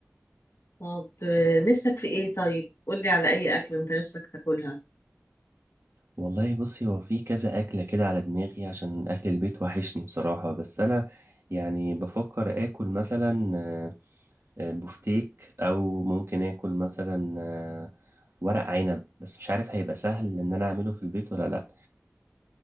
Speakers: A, on the left; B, on the right.
A: طب آه، نفسك في ايه طيب قولي على اي اكل انت نفسك تاكلها
B: والله بصي هو في كذا اكلة كده على دماغي عشان اكل البيت وحشني بصراحة بس انا يعني بفكر اكل مثلا آه، آه، بفتيك او ممكن اكل مثلا آه، ورق عنب بس مش عارف هيبقى سهل ان انا اعمله في البيت ولا لا